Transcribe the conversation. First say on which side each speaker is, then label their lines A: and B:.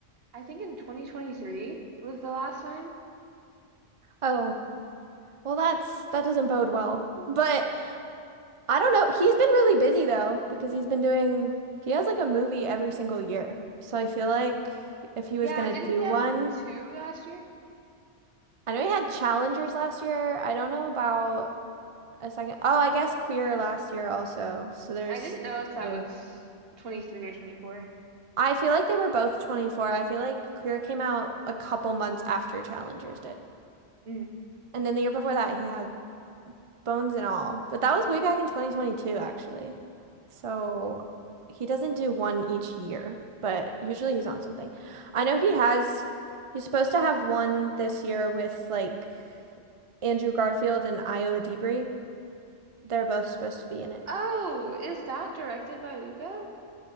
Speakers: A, on the right (about 55°); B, on the right (about 40°).
A: I think in 2023 was the last time.
B: Oh, well that's that doesn't bode well. But I don't know. He's been really busy though, because he's been doing he has like a movie every single year. So I feel like if he
A: Yeah,
B: was gonna
A: didn't
B: do
A: he have
B: one,
A: two last year?
B: I know he had Challengers last year. I don't know about a second. Oh, I guess Queer last year also. So there's
A: I didn't know if that
B: two.
A: was 23 or 24.
B: I feel like they were both 24. I feel like Queer came out a couple months after Challengers did.
A: Mm.
B: And then the year before that, he had bones and all. But that was way back in 2022, actually. So he doesn't do one each year, but usually he's on something. I know he has, he's supposed to have one this year with like Andrew Garfield and Iowa Dibri. They're both supposed to be in it.
A: Oh, is that directed by Luca?